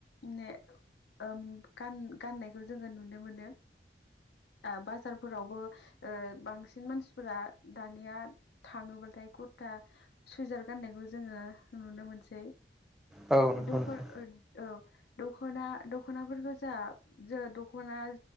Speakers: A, on the left; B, in the centre.
A: ने ओम गान-गाननायखौ जोङो नुनो मोनो। आ बाजारफोरावबो ओ बांसिन मानसिफोरा दानिया थाङोब ओमफ्राय कुरता स्विजार गाननायखौ जोङो नुनो मोनसै।
B: खोनादों औ औ नोंथां औ नंगौ
A: दखर
B: नोंथां
A: ओ औ। दख'ना दख'नाफोरखौ जा जा दख'ना